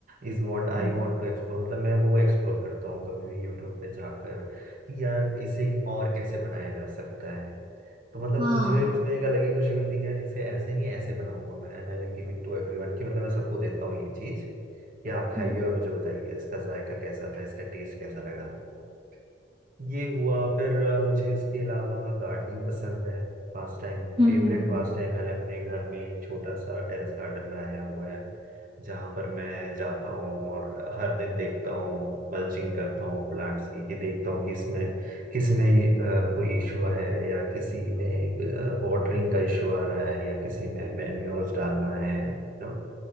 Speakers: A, on the right (about 50°); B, on the right (about 25°).
A: is what I
B: हम्म,
A: want to explore मतलब मैं वो एक्सप्लोर करता हूँ कभी भी यूट्यूब पे जाकर कि यार इसे और कैसे बनाया जा सकता है तो मतलब
B: हाँ
A: मुझे उसमें एक अलग ही खुशी मिलती है कि यार जिसे ऐसे नहीं ऐसे बनाऊंगा मैं and I will give it to everyone कि मतलब मैं सबको देता हूँ ये चीज कि आप खाइए
B: हम्म,
A: और मुझे बताइए इसका जायका कैसा था इसका टेस्ट कैसा लगा आपको ये हुआ फिर अ, मुझे इसके अलावा गार्डनिंग पसंद है Pastime
B: हम्म,
A: favourite pastime मैंने अपने घर में एक छोटा सा टेरेस गार्डन बनाया हुआ है जहाँ पर मैं जाता हूँ और हर दिन देखता हूँ मल्चिंग करता हूँ प्लांट्स की कि देखता हूँ कि इसमें किस में अ, कोई इशू है या किसी में वाटरिंग का इशू आ रहा है या किसी में मैन्योर्स डालना है नो